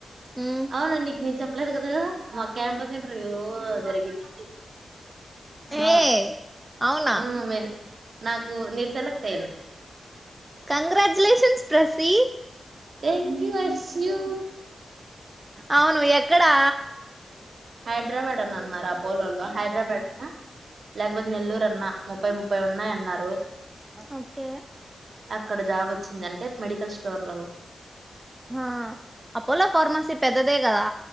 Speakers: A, on the right; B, on the right.
A: మ్మ్
B: అవును నీకు నీచెప్ ప్పలేదు కదా గా మాకి క్యాంపస్ ఇంటర్వ్యూ జరిగింది
A: ఏ అవునా
B: ఆ మే నాకు నేను సెలెక్ట్ అయినా
A: కంగ్రాట్యులేషన్స్ ప్రాసి
B: థ్యాంక్ అష్యూ యూ
A: అవును ఎక్కడా
B: హైదరాబాద్ అని అన్నారు అపోలోలో హైదరాబాద్ లేకపోతే నెల్లూరు అన్నా ముప్పై ముప్పై ఉన్నాయి అన్నారు
A: ఓకే
B: అక్కడ జాబ్ వచ్చింది అంటే మెడికల్ స్టోర్లలో
A: ఆ అపోలో ఫార్మసీ పెద్దదే కదా